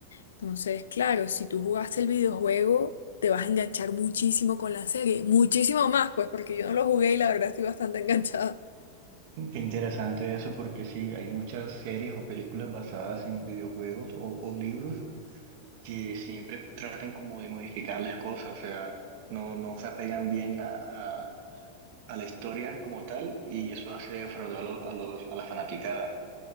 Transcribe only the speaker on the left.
Entonces, claro, si tú jugaste el videojuego, te vas a enganchar muchísimo con la serie. Muchísimo más, pues, porque yo no lo jugué y la verdad estoy bastante <laughs> enganchada.